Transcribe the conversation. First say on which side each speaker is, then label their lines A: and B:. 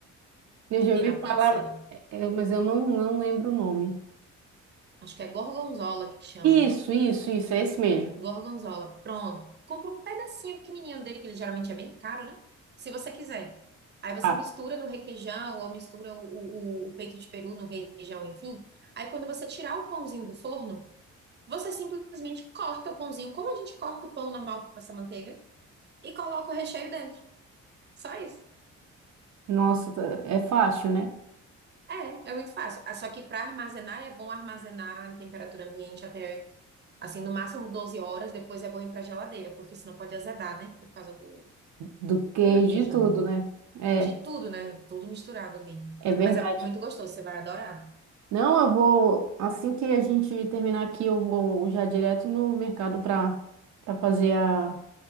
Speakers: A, on the right (about 70°); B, on the right (about 35°).
A: Eu
B: que
A: já
B: tem
A: ouvi
B: na
A: falar,
B: pizza.
A: é, é, mas eu não, não lembro o nome.
B: Acho que é gorgonzola que chama.
A: Isso, isso, isso, é esse mesmo.
B: Gorgonzola, pronto. Compra um pedacinho pequenininho dele, que ele geralmente é bem caro, né? Se você quiser. Aí você
A: Tá.
B: mistura no requeijão ou mistura o, o- o peito de peru no requeijão, enfim. Aí quando você tirar o pãozinho do forno, você simplesmente corta o pãozinho, como a gente corta o pão normal para passar manteiga, e coloca o recheio dentro. Só isso.
A: Nossa, tá- é fácil, né?
B: É, é muito fácil. Ah, Só que para armazenar é bom armazenar em temperatura ambiente até, assim, no máximo 12 horas, depois é bom ir para geladeira, porque senão pode azedar, né? Por causa do,
A: Do que
B: do requeijão.
A: de tudo, né? É,
B: De tudo, né? Tudo misturado ali.
A: é verdade.
B: Mas é muito gostoso, você vai adorar.
A: Não, eu vou, assim que a gente terminar aqui, eu vou já direto no mercado para para fazer a,